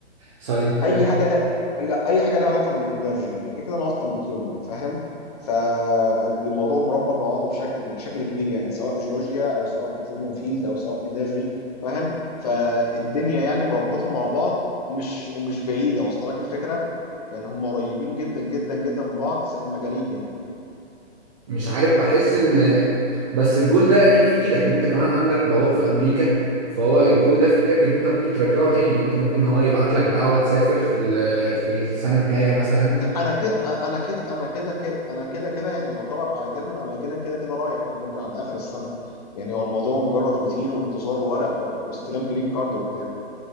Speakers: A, on the right (about 30°); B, on the left (about 35°).
A: كساينت
B: اي حاجه لا لا اي حاجه لها علاقه بالانرجي يعني كده كده انا اصلا بتروليوم فاهم فالموضوع مربط مع بعضه بشكل بشكل كبير يعني سواء جيولوجيا او سواء بتروليوم فيلد او سواء انرجي فاهم فالدنيا يعني مربطه مع بعض ومش ومش بعيده واصله لك الفكره يعني هم قريبين جدا جدا جدا من بعض المجالين يعني
A: مش عارف بحس ان بس الجول ده يعني في ايدك ان انت كمان عندك باباك في امريكا فهو الجول ده في ايدك ان انت ممكن ترجعه تاني ان انت ممكن هو يبعت لك دعوه تسافر في ال- في السنه الجايه مثلا
B: لا انا كده انا كده انا كده كده انا كده كده يعني يعتبر اجلا ام اجلا كده كده رايح يعني ممكن على اخر السنه يعني هو الموضوع مجرد روتين وانتظار ورق واستلام جرين كارد وبتاع